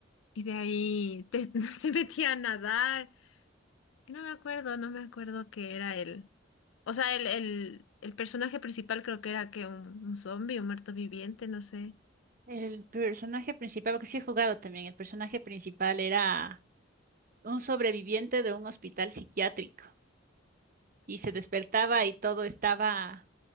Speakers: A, on the left; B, on the right.
A: y de ahí te- <laughs> se metía a nadar. Y no me acuerdo, no me acuerdo qué era él. O sea, el, el, el personaje principal creo que era que un, un zombie, un muerto viviente, no sé.
B: El personaje principal, porque sí he jugado también, el personaje principal era un sobreviviente de un hospital psiquiátrico y se despertaba y todo estaba,